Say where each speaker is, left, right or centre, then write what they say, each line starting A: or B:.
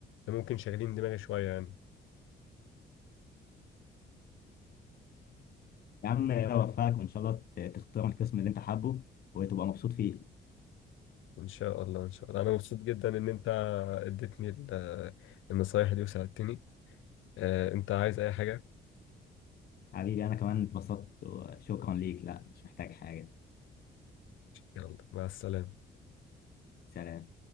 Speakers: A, on the left (about 85°); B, on the left (about 50°).
A: اللي ممكن شاغلين دماغي شويه يعني
B: يا عم اوفقك وان شاء الله ت- تختار القسم اللي انت حابه وتبقى مبسوط فيه
A: ان شاء الله ان شاء الله انا مبسوط جدا ان انت اديتني ال- النصايح دي وساعدتني آه، انت عايز اي حاجه
B: حبيبي انا كمان اتبسطت وشكرا ليك لا مش محتاج حاجة
A: يلا مع السلامه
B: سلام